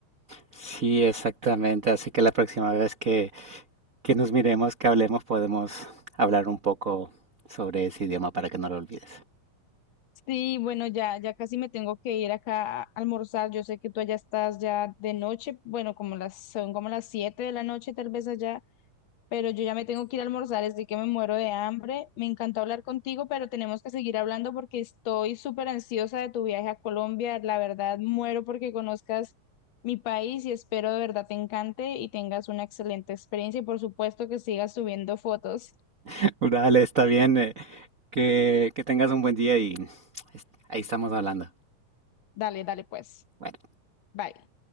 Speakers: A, on the right; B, on the left.
A: Sí, exactamente. Así que la próxima vez que que nos miremos, que hablemos, podemos hablar un poco sobre ese idioma para que no lo olvides.
B: Sí, bueno, ya, ya casi me tengo que ir acá a almorzar. Yo sé que tú allá estás ya de noche, bueno, como las, son como las siete de la noche tal vez allá, pero yo ya me tengo que ir a almorzar, así que me muero de hambre. Me encantó hablar contigo, pero tenemos que seguir hablando porque estoy súper ansiosa de tu viaje a Colombia. La verdad, muero porque conozcas mi país y espero de verdad te encante y tengas una excelente experiencia y por supuesto que sigas subiendo fotos.
A: <laughs> Dale, está bien. eh, Que, que tengas un buen día y es- ahí estamos hablando.
B: Dale, dale pues.
A: Bueno.
B: Bye.